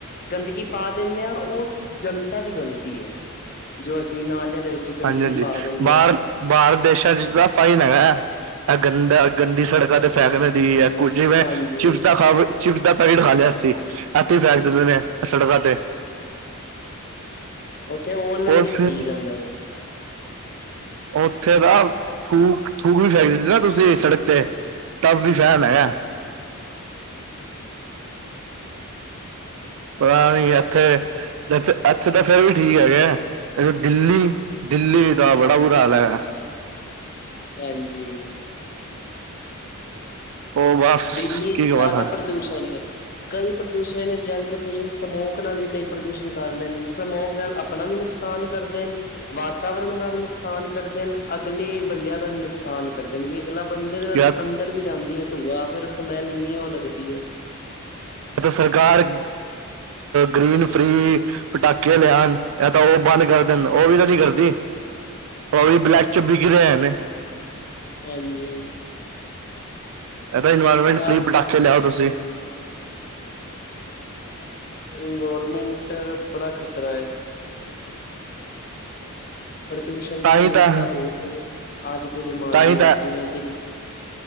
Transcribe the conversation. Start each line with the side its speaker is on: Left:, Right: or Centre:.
Left: ਗੰਦਗੀ ਪਾ ਦਿੰਦੇ ਆਂ ਉਹ ਜਨਤਾ ਦੀ ਗ਼ਲਤੀ ਹੈ ਜੋ ਅਸੀਂ ਨਾਲੀਆਂ ਦੇ ਵਿੱਚ ਗੰਦਗੀ
Right: ਹਾਂਜੀ ਹਾਂਜੀ
Left: ਪਾ ਦਿੰਦੇ
Right: ਬਾਹਰ
Left: ਹਾਂ
Right: ਬਾਹਰ ਦੇਸਾਂ ਚ ਤਾਂ ਫਾਈਨ ਹੈਗਾ ਹੈ ਇਹ ਗੰਦਾ ਗੰਦੀ ਸੜਕਾਂ ਤੇ ਫੈਕਣ ਦੀ ਹੈ ਕੁ ਜਿਵੇਂ
Left: ਹਾਂਜੀ-ਹਾਂਜੀ
Right: ਚਿਪਸ ਦਾ ਖਾ ਚਿਪਸ ਦਾ ਪੈਕੇਟ ਖਾ ਲਿਆ ਅਸੀਂ ਐਥੇ ਹੀ ਫੈਂਕ ਦਿੰਦੇ ਨੇ ਸੜਕਾਂ ਤੇ
Left: ਉੱਥੇ ਓਨਲਾਈਨ
Right: ਉਹ
Left: ਈ ਕੱਟੀ ਜਾਂਦਾ ਵੇਖ।
Right: ਉੱਥੇ ਦਾ ਥੂਕ ਥੂਕ ਵੀ ਸੜਕ ਤੇ ਤਫ ਵੀ ਚੈਨ ਹੈਗੈ <inaudible> ਪਤਾ ਨੀ ਇੱਥੇ ਇੱਥੇ ਤਾਂ ਫਿਰ ਵੀ ਠੀਕ ਹੈਗੇ ਦਿੱਲੀ ਦਿੱਲੀ ਦਾ ਬੜਾ ਬੁਰਾ ਹਾਲ ਹੈਗਾ
Left: ਹਾਂਜੀ
Right: ਉਹ ਬਸ
Left: ਦਿੱਲੀ
Right: ਕੀ
Left: ਚ
Right: ਕਵਾਂ
Left: ਜ਼ਿਆਦਾ
Right: ਤੁਹਾਨੂੰ
Left: ਪ੍ਰਦੂਸ਼ਣ ਏ। ਕਈ ਪ੍ਰਦੂਸ਼ਣ ਨੇ ਜਲ ਪ੍ਰਦੂਸ਼ਣ ਸਮੋਕ ਨਾਲ ਵੀ ਕਈ ਪ੍ਰਦੂਸ਼ਣ ਕਰ ਲੈਂਦੇ ਨੇ ਸਮੋਕ ਨਾਲ ਆਪਣਾ ਵੀ ਵੀ ਨੁਕਸਾਨ ਕਰਦੇ ਨੇ ਵਾਤਾਵਰਨ ਦਾ ਵੀ ਨੁਕਸਾਨ ਕਰਦੇ ਨੇ ਅਗਲੇ ਬੰਦਿਆਂ ਦਾ ਵੀ ਨੁਕਸਾਨ ਕਰ ਦੇਣਗੇ ਅਗਲਾ ਬੰਦੇ ਦੇ
Right: ਯ
Left: ਅੰਦਰ ਵੀ ਜਾਂਦੀ ਹੈ ਧੂਆ ਫਿਰ ਸਮੈਲ ਇੰਨੀ ਉਹ ਲੱਗਦੀ ਹੈ
Right: ਤਾਂ ਸਰਕਾਰ ਅ ਗ੍ਰੀਨ ਫਰੀ ਪਟਾਕੇ ਲਿਆਉਣ ਇਹ ਤਾਂ ਉਹ ਮਨ ਕਰਦੇ ਨੇ ਉਹ ਵੀ ਤਾਂ ਨੀ ਕਰਦੀ ਪਰ ਵੀ ਬਲੈਕ ਚ ਬਿਕ ਰਹੇ ਨੇ
Left: ਹਾਂਜੀ
Right: ਇਹ ਤਾਂ ਇਨਵਾਇਰਮੈਂਟ
Left: ਕਾਫੀ
Right: ਫਰੀ ਪਟਾਕੇੇ ਲਿਆਓ ਤੁਸੀ
Left: ਇਨਵਰਮੈਂਟ ਬੜਾ ਖ਼ਤਰਾ ਹੈ ਪ੍ਰਦੂਸ਼ਣ
Right: ਤਾਂ
Left: ਦੀ ਸਮੱਸਿਆ
Right: ਹੀ ਤਾਂ
Left: ਬਹੁਤ ਅੱਜ ਦੇ ਜ਼ਮਾਨੇ
Right: ਤਾਂ ਹੀ ਤਾਂ
Left: ਚ ਜਿਵੇਂ ਦਿੱਲੀ